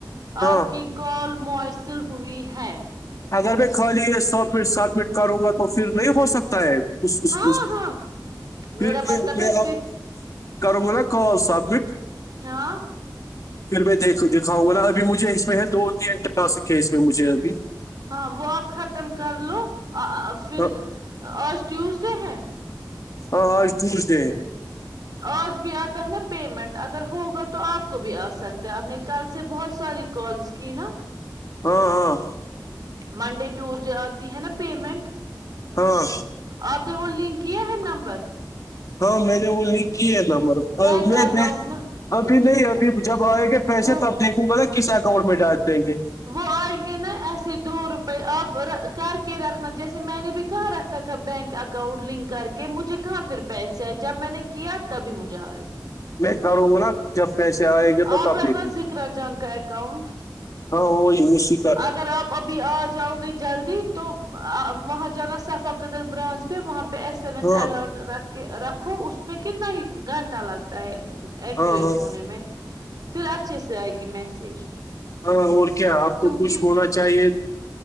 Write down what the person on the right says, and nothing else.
آپ کی کال موسل ہوئی ہے
ہاں
ہاں
میرا مطلب
ہے
پھر
ہاں
ہاں وہ اب ختم کر لو ا پھر
آج ٹیوزڈے ہے
آج بھی آتا ہے نا پیمنٹ اگر ہوگا تو آپ کو بھی آ سکتا ہے آپ نے کل سے بہت ساری کالس کی نا
منڈے ٹوزڈے آتی ہے نا پیمنٹ
آپ نے وہ لنک کیا ہے نمبر
بینک
اکاؤنٹ
نا
وہ
وہ آئیں گے ن ایسے دو روپئے آپ کر کے رکھنا جیسے میں نے بھی کہاں رکھا تھا بینک اکاؤنٹ لنک کر کے مجھے کہاں پھر پیسے ہے جب میں نے کیا تبھی مجھے آئے
آپ
رکھنا ذکر جان کا اکاؤنٹ
اگر آپ ابھی آ جاؤ گے جلدی تو ا وہاں جانا صفا کدل برانچ پہ وہاں پہ ایس ایم ایس
الرٹ رکھ کے رکھو اس میں کتنا ہی گھنٹہ لگ تا ہے ایکٹیویٹ
ہونے میں پھر اچھے سے آئے گی میسج
کیونکہ